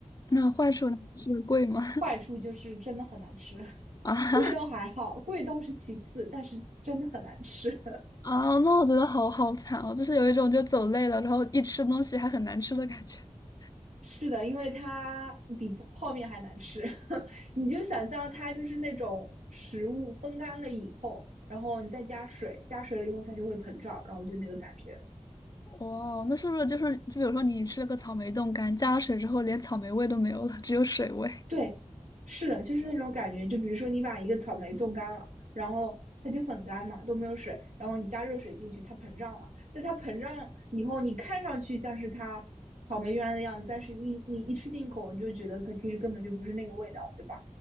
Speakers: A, on the left; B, on the right.
A: 那坏处呢？是贵吗？
B: 坏处就是真的很难吃，<laughs>
A: <laughs> 啊哈，
B: 贵倒还好，贵倒是其次，但是真的很难吃。
A: 啊，那我觉得好好惨哦，就是有一种就走累了，然后一吃东西还很难吃的感觉。<laughs>
B: <laughs> 是的，因为它比泡面还难吃。<laughs> 你就想象它就是那种食物风干了以后，然后你再加水，加水了以后它就会膨胀，然后就那个感觉。
A: 哇哦，那是不是就是就比如说你吃了个草莓冻干，加了水之后连草莓味都没有了，只有水味？
B: 对，是的，就是那种感觉。就比如说，你把一个草莓冻干了，然后它就很干嘛，都没有水，然后你加热水进去，它膨胀了。但它膨胀以后，你看上去像是它草莓原来的样子，但是你你一吃进口，你就觉得可其实根本就不是那个味道，对吧？